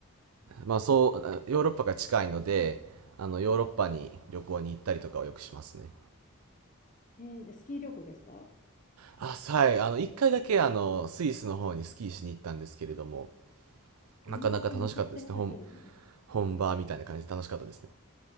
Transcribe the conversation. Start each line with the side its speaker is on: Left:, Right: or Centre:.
Right: まあそうヨーロッパが近いので、あの、ヨーロッパに旅行に行ったりとかをよくしますね。
Left: えー、じゃあスキー旅行ですか。
Right: あ、はい、あの、一回だけあの、スイスの方にスキーしに行ったんですけれども、
Left: うわー、
Right: なかなか楽しかったですね。
Left: めちゃくちゃ良さそうですね。
Right: 本、本場みたいな感じで楽しかったですね。